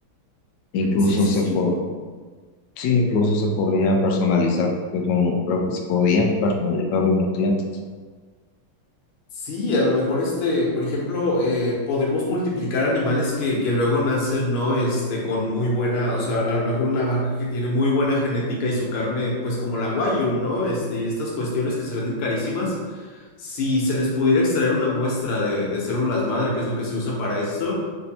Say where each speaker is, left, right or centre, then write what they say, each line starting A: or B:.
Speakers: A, on the left; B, on the left.
A: incluso
B: Sí, sí,
A: se
B: sí.
A: po- sí, incluso se podría personalizar, pues, no, no, creo que se podían personalizar los nutrientes.
B: Sí, a lo mejor este, por ejemplo, eh, podemos multiplicar animales que, que luego nacen, ¿no? Este, con muy buena, o sea, a lo mejor una vaca que tiene muy buena genética y su carne, pues como la Wagyu, ¿no? Este, y estas cuestiones que se venden carísimas, si se les pudiera extraer una muestra de, de células madre, que es lo que se usa para esto,